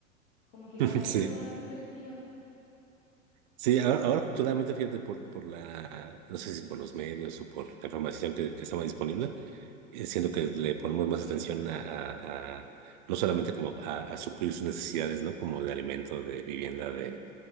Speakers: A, on the left; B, on the right.
A: como que
B: <laughs>
A: cambia
B: Sí.
A: un poco la perspectiva.
B: Sí, ahora, ahora afortunadamente, fíjate, por, por la, no sé si por los medios o por la información que, que está más disponible, eh, siento que le ponemos más atención a, a- a- no solamente como a, a suplir sus necesidades, ¿no? Como de alimento, de vivienda, de,